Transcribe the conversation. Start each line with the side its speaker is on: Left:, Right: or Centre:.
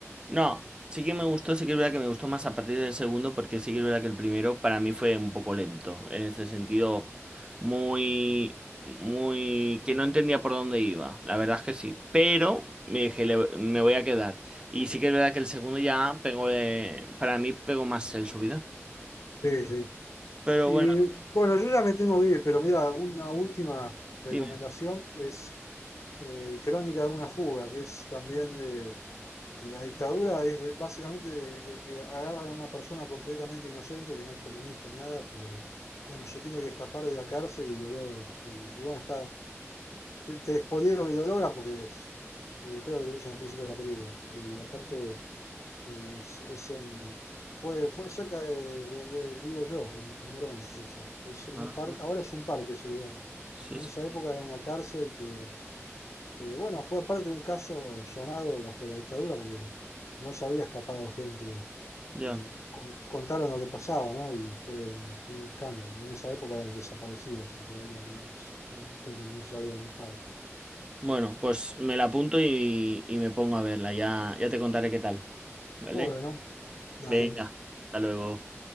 Right: No, sí que me gustó, sí que es verdad que me gustó más a partir del segundo, porque sí que es verdad que el primero para mí fue un poco lento, en este sentido, muy, muy, que no entendía por dónde iba, la verdad es que sí, pero me dije, "Le- me voy a quedar. Y sí que es verdad que el segundo ya pegó, eh, para mí pegó más el subida.
Left: Sí, sí.
Right: Pero
Left: Y
Right: bueno,
Left: bueno, yo ya me tengo que ir, pero mira, una última recomendación
Right: dime.
Left: es eh, Crónica de una fuga, que es también de de la dictadura es de- básicamente de, de que agarran a una persona completamente inocente que no es comunista, nada, pero bueno, se tiene que escapar de la cárcel y lo logran. Y, y bueno, está, te, te spoileo que lo logran porque es- eh, creo que lo dicen al principio de la película. Y aparte eh, es, es en, fue, fue cerca de, de donde vivo yo, en, en Morón, eso. Es en
Right: Ah,
Left: un parque, ahora es un parque ese lugar.
Right: sí,
Left: En
Right: sí.
Left: esa época era una cárcel que eh, bueno, fue aparte un caso sonado bajo la dictadura porque no se había escapado gente
Right: Ya.
Left: y con- contaron lo que pasaba, ¿no? Y fue un, un escándalo. En esa época eran desaparecidos, en teoría, nada más.
Right: Mm.
Left: Gente que no se sabía dónde estaba.
Right: Bueno, pues me la apunto y, y me pongo a verla. Ya, ya te contaré qué tal. ¿Vale?
Left: Bueno, dale.
Right: Venga, hasta luego.